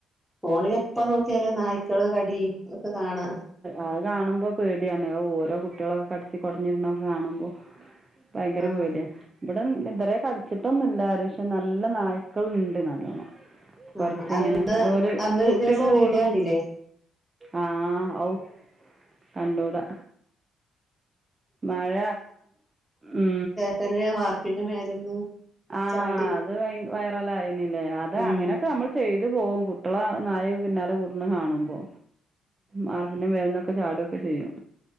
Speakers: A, in the centre; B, on the right (about 25°).
A: ഫോണില എപ്പ നോക്കിയാലും നായ്ക്കള് കടി ഒക്കെ കാണാ
B: അഅ് കാണുമ്പോ പേടിയാണ്. ഔ ഓരോ കുട്ട്യളൊക്കെ അട്ച്ചി കൊട്ഞ്ഞിട്ണൊ കാണുമ്പൊ ഭയങ്കര
A: ആഹ്
B: പേട്യാ. വെടെം ഇതരെ കട്ട്ച്ചിട്ടൊന്നുല്ല ആരെം. ഷെ നല്ല നായ്ക്കളുണ്ട് നല്ലോണം. കൊരച്ചിങ്ങനെ
A: ആഹ് അന്ന്
B: ഓല്
A: അന്നൊരു
B: കുട്ട്യളോടും.
A: ദിവസം വീഡിയോ കണ്ടില്ലേ
B: ആഹ്, ഔ കണ്ടൂടാ മഴ ഉം
A: ദരേ വാർപ്പിന്റെ മേലന്ന്
B: ആഹ്,
A: ചാടി
B: അത് വൈ വൈറലായീനി ല്ലേ, അത്
A: ഉം
B: അങ്ങനെയൊക്കെ അമ്മൾ ചെയ്തു പോവും. കുട്ട്യള നായെ പിന്നാലെ കൂട്ണ കാണുമ്പോ. വർപിന്റെ മേൽന്നൊക്കെ ചാടൊക്കെ ചെയ്യും.